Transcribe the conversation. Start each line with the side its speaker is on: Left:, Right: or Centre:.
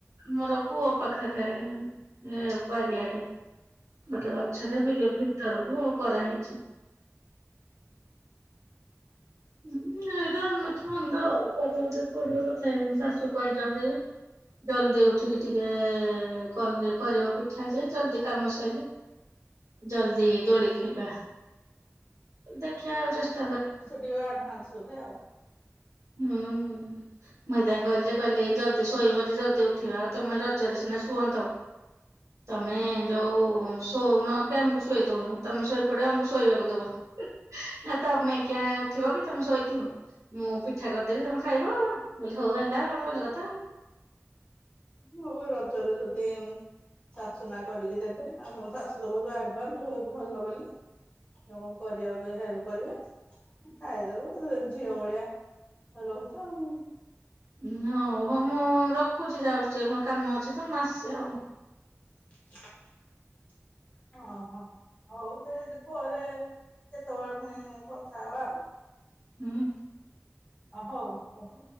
Right: ଆମର କୂଅ ପାଖରେ ହେ ବାରିଆଡେ ଗୋଟେ ଗ ପଛରେ ବିଲ ଭିତରକୁ କରାହେଇଛି। ହୁଁ ଏଇରା ଏମିତି ଧନ୍ଦା ଆଉ କରିବାକୁ ଟିକେ ପଡିବ ତଥାପି ଆମ ଶାଶୁ କହିଛନ୍ତି ଜଲ୍ଦି ଉଠିକି ଟିକେ କଲେ କରିବ ପିଠାଜେ ଜଲଦି କାମ ସଇଲେ ଜଲଦି ଦୋଳି ଖେଳିବା। ଦେଖିବା ଆଉ ଚେଷ୍ଟା କର
Left: ତୁ ଆଡାନ୍ସ ବୋଧେ ଆଉ।
Right: ହୁଁ ହୁଁ। ମୁଁ ହେଇଥିପାଇଁ କହିଲି ଜେ କହିଲି ଜଲଦି ଶୋଇବ ଯେ ଜଲଦି ଉଠିବ ଆଉ ତମେ ରଜରେ ସିନା ଶୁଅନ୍ତ। <inaudible> ତମେ ଯୋଉ ଶୋଉନ କି ଆମକୁ ଶୋଇ ଦଉନ ତମେ ଶୋଇପଡିବ ଆମକୁ ଶୋଇବାକୁ ଦବ। ନା ତମେ କିଆଁ ଉଠିବ କି ତମେ ଶୋଇଥିବ ମୁଁ ପି ପିଠା କରିଦେବି ତମେ ଖାଇବ ଆଉ କଣ ମୁଁ କହିଲି ହଉ ହେଲା ଆଉ କଣ ଭଲ କଥା।
Left: ହଉ ରଜରେ ଯଦି ଶାଶୁ ମା କରିକି ଦେବେ ଆଉ ତମ ଶାଶୁ ତ ବହୁ ଆଡଭାନ୍ସ ବହୁତ ଭଲ ବୋଲି ତମକୁ କରିବାକୁ ଦେବେ ହେଲ୍ପ କରିବେ। ଖାଇଦବ ଝିଅ ଭଳିଆ ରହୁଛ ଆଉ।
Right: ଉଁ ହଉ ହଉ ମୁଁ ରଖୁଛି ଯାଉଛି ଆମର କାମ ଅଛି ତ ମୁଁ ଆସେ ଆଉ।
Left: <inaudible> ଓହୋ ହଉ ଦେ ଦେ ପରେ କେତେବେଳେ ପୁଣି କଥା ହବା ଆଉ।
Right: ହୁଁ।
Left: ଅ ହଉ ରଖ।